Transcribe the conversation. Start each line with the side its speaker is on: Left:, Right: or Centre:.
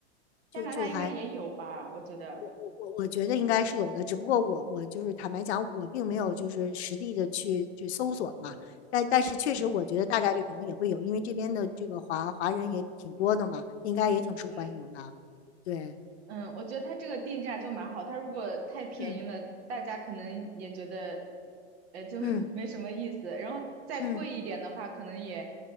Left: 就就还
Right: 加拿大应该也有吧？我觉得。
Left: 我我我觉得应该是有的，只不过我我就是坦白讲，我并没有就是实地的去去搜索嘛，但但是确实我觉得大概率可能也会有，
Right: 嗯
Left: 因为这边的这个华华人也挺多的嘛，应该也挺受欢迎的。
Right: 嗯
Left: 对，
Right: 嗯，我觉得它这个定价就蛮好。它如果太便宜了，
Left: 嗯
Right: 大家可能也觉得，呃，就 <laughs>
Left: 嗯
Right: 没什么意思。然后再贵一点的话，
Left: 嗯，
Right: 可能也